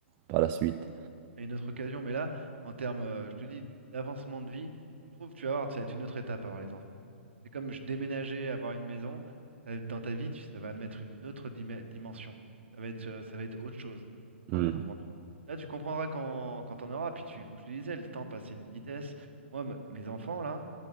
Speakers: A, on the right; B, on the right.
A: par la suite.
B: à une autre occasion, mais là, en termes, euh, je te dis, d'avancement de vie, je trouve que tu vas voir, ça va être une autre étape avoir les enfants. C'est comme je déménageais, avoir une maison, t'as- dans ta vie, tu- ça va mettre une autre dima- dimension. Ça va être, euh, ça va être autre chose quand t'auras
A: Hmm.
B: les enfants. Tu- Là, tu comprendras quand, quand t'en auras, puis tu, comme je te disais, le temps passe à une vitesse. Moi, m- mes enfants, là,